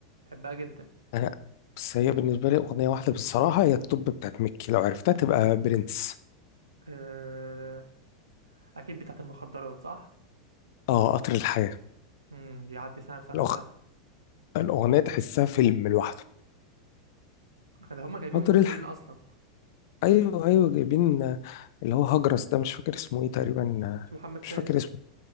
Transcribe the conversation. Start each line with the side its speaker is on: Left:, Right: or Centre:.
Right: بحبها جدا
Left: أنا بس هي بالنسبة لي أغنية واحدة بصراحة هي التوب بتاعت مكي لو عرفتها تبقى برنس
Right: آه، اكيد بتاعت المخدرات صح
Left: آه قطر الحياة
Right: امم بيعدي سنه بسنه
Left: الأغ...
Right: بسنه
Left: الأغنية تحسها فيلم لوحده
Right: ده هما جايبين
Left: قطر
Right: ممثلين
Left: الحياة
Right: اصلا
Left: أيوه أيوه جايبين آه، اللي هو هجرس ده مش فاكر اسمه إيه تقريبا آه،
Right: اسمه محمد سالم
Left: مش فاكر اسمه